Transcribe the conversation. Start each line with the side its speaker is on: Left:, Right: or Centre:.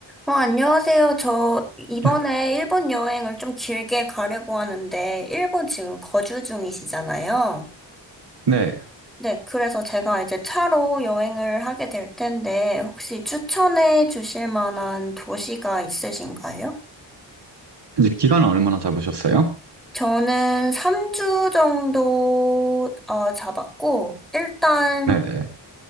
Centre: 어, 안녕하세요. 저 이번에
Right: 네.
Centre: 일본 여행을 좀 길게 가려고 하는데, 일본 지금 거주 중이시잖아요.
Right: 네.
Centre: 네, 그래서 제가 이제 차로 여행을 하게 될 텐데, 혹시 추천해 주실 만한 도시가 있으신가요?
Right: 이제 기간은 얼마나 잡으셨어요?
Centre: 저는 3주 정도 어, 잡았고, 일단
Right: 네네.